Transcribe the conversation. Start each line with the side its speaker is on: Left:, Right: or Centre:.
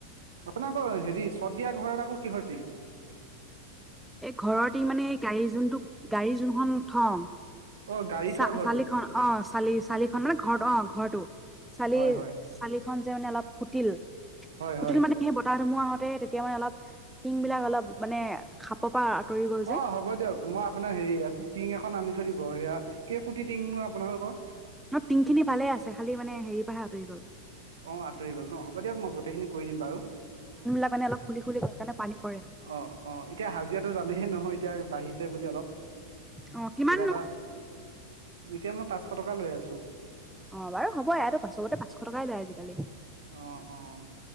Right: আপোনাৰ বাৰু হেৰি চৰ্দিয়া ঘৰৰ আকৌ কিহৰ তিল?
Centre: এই ঘৰৰ তিং মানে এই গাড়ী, যোনটো গাড়ী যোনখন থওঁ।
Right: অ গাড়ী
Centre: চ
Right: থোৱা ঘৰটো
Centre: চালিখন অ' চালি চালিখন মানে ঘৰ, অ' ঘৰটো। চালি,
Right: হয় হয়
Centre: চালি খন যে মানে অলপ ফুটিল,
Right: হয়
Centre: ফুটিল
Right: হয়
Centre: মানে সেই বতাহ ধুমুা হয়। তেতিয়া মানে অলপ, টিং বিলাক অলপ মানে খাপৰ প পৰা আঁতৰি গ'ল যে
Right: অ' হ'ব দিয়ক মই আপোনাৰ হেৰি আপ টিং এখন আনি থৈ দিব সয়া, কেই ফুটি টিঙনো আপোনালোকৰ?
Centre: অ' টিংখিনি ভালে আছে, খালি মানে হেৰি পৰাহে আতৰি গ'ল।
Right: অ' আঁতৰি গ'ল ন হ'ব দিয়ক, মই গোটেইখিনি কৰি দিম বাৰু।
Centre: ানে অল খুলি খুলি কাৰে পানী পৰে
Right: অ' অ' এতিয়া হাজিৰাতটো জানেহে নহয় এতিয়া বাঢ়িছে বুলি অলপ।
Centre: অ কিমাননো
Right: কিবা এটা, এতিয়া মই পাঁচশ টকা লৈ আছো।
Centre: অ' বাৰু হবয়ো, পাছতে পাচশ টকাই লয় আজিকালি।
Right: অ' অ'